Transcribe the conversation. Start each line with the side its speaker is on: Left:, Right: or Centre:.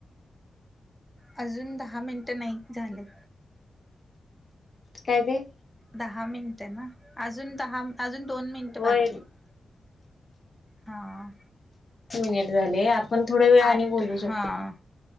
Centre: अजून दहा मिनटं नाही झालेत.
Left: काय ते.
Centre: दहा मिनिट ना, अजून दहा अजून दोन मिनिटं
Left: होय
Centre: बाकी आहेत. हा
Left: मिनिट झाले आ पण थोड्या वेळ
Centre: आठ
Left: बोलू शकतो,
Centre: हा